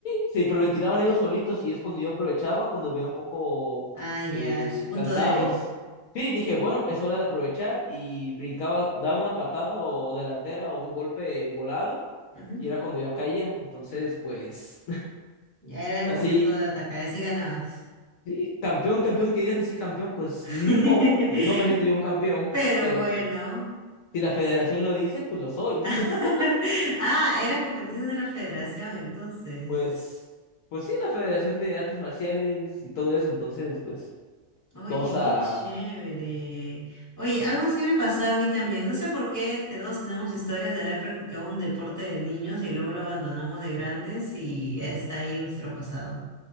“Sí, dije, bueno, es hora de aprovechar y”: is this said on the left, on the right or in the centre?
Left